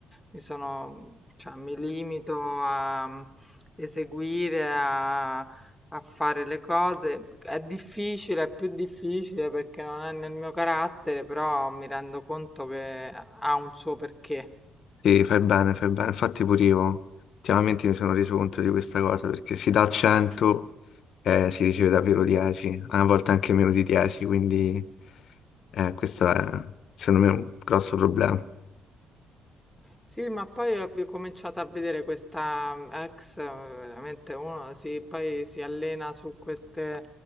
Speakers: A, in the centre; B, on the left (about 65°).
A: mi sono, cioè, mi limito a eseguire, a a fare le cose. È difficile, è più difficile perché non è nel mio carattere, però mi rendo conto che ha un suo perché.
B: Sì, fai bene, fai bene. Infatti pure io ultimamente mi sono reso conto di questa cosa perché si dà 100 eh, si riceve davvero 10, a volte anche meno di 10, quindi eh, questo è secondo me un grosso problema.
A: Sì, ma poi ho ricominciato a vedere questa mm, ex, eh, veramente uno si, poi si allena su queste